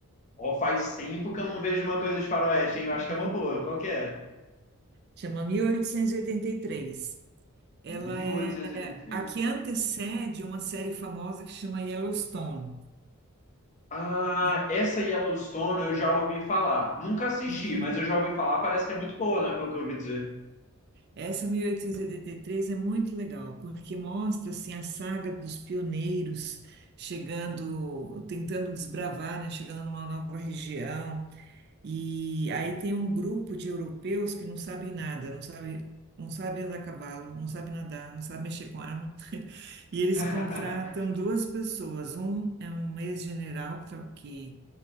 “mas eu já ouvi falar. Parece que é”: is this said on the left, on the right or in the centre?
Left